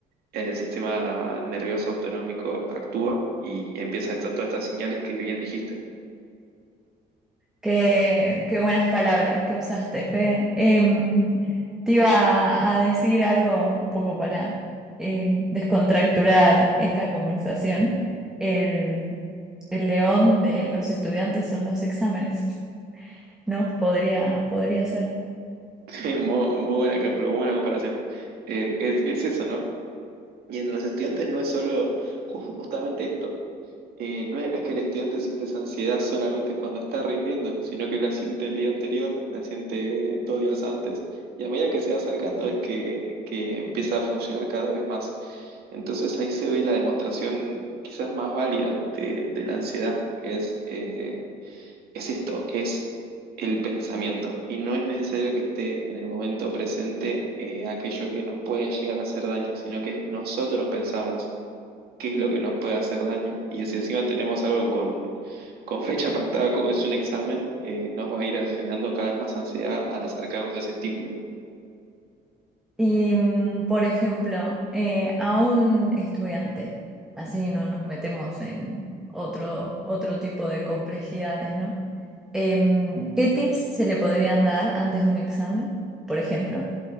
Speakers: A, on the right; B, in the centre.
A: el sistema nervioso autonómico actúa y empieza esto, todas estas señales que bien dijiste.
B: Qué, qué buenas palabras que usaste, Fe. Em, te iba a, a decir algo un poco para em, descontracturar esta conversación. El, el león de los estudiantes son los exámenes, ¿no? Podría, podría ser.
A: <laughs> Muy, muy buen ejemplo, muy buena comparación. Eh, es, es eso, ¿no? Y en los estudiantes no es solo ju- justamente esto. Eh, no es, no es que el estudiante siente esa ansiedad solamente cuando está rindiendo, sino que la siente el día anterior, la siente dos días antes, y a medida que se va acercando es que, que empieza a funcionar cada vez más. Entonces ahí se ve la demostración quizás más válida de, de la ansiedad, que es... eh, es esto, es el pensamiento. Y no es necesario que esté en el momento presente eh, aquello que nos puede llegar a hacer daño, sino que nosotros pensamos qué es lo que nos puede hacer daño. Y si encima tenemos algo con, con fecha pactada como es un examen, eh, nos va a ir generando cada vez más ansiedad al acercarnos a ese estímulo.
B: Y, mm, por ejemplo, eh, a un estudiante, así no nos metemos en otro, otro tipo de complejidades, ¿no? Em, ¿qué tips se le podrían dar antes de un examen, por ejemplo?